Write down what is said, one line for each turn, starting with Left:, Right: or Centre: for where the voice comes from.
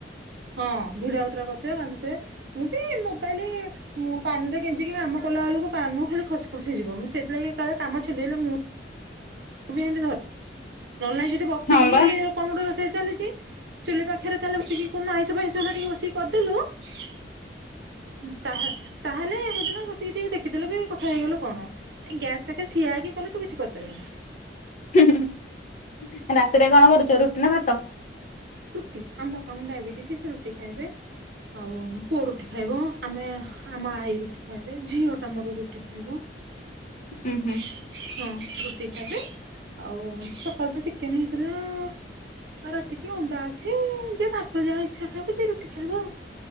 Right: ହଁ ଭିଡା ଉଟୁରା କରୁଥିବେ କାନ୍ଦୁ ଥିବେ ମୁଁ ବି ମୋବାଇଲି ମୁଁ କାନରେ କେଞ୍ଚିକି କାମ କଲାବେଳକୁ କାନ ଖାଲି ଖସିି ଖସିଯିବ ମୁଁ ସେଥିଲାଗି କାଳେ କାମ ଛଣ୍ଡେଇଲେ ମୁଁ ତୁ କିନ୍ତୀ ଘର ନହେଲେ ନାଇଁ ଯଦି ବସିକି
Left: ହଁ ବା
Right: କଣ ଗୋଟେ ରୋଷେଇ ଚାଲିଛି। ଚୁଲି ପାଖରେ ତାହେଲେ ବସିକି କୁଦିନ ଆଇଁଷ ଫାଇଁଷ ହେଲେ ଟିକେ ବସିକି କରିଦେଲୁ ହୁଁ ତାହା ତାହେଲେ ସେଦିନ ବସିକି ଟିକେ ଦେଖିଦେଲେ କି କଥା ହେଇଗଲ କଣ? ଗ୍ୟାସ ପାଖରେ ଠିଆ ହେଇକି କଲେ ତୁ କିଛି କରିପାରିବୁନି।
Left: ହୁଁ ହୁଁ ହୁଁ ରାତିରେ କଣ କରୁଛ ରୁଟି ନା ଭାତ?
Right: ରୁଟି ଆମ ବାପାଙ୍କୁ ଡାଇବେଟିସ୍ ସେ ରୁଟି ଖାଇବେ। ଆଉ ପୁଅ ରୁଟି ଖାଇବ ଆମେ ଆମ ଆଈ ରୁଟି ଖାଇବେ ଝିଅଟା ମୋର ରୁଟି ଖାଇବ।
Left: ଉୁଁ ହୁଁ
Right: ହ <unintelligible> ହଁ ରୁଟି ଖାଇବେ ଆଉ ସକାଳୁ ତ ଚିକେନ୍ ହେଇଥିଲା ଆଉ ରା ରାତିକି ଅଣ୍ଡା ଅଛି ଯିଏ ଭାତ ଯାହା ଇଚ୍ଛା ଖାଇବ ଯେ ରୁଟି ଖାଇବ ଆଉ।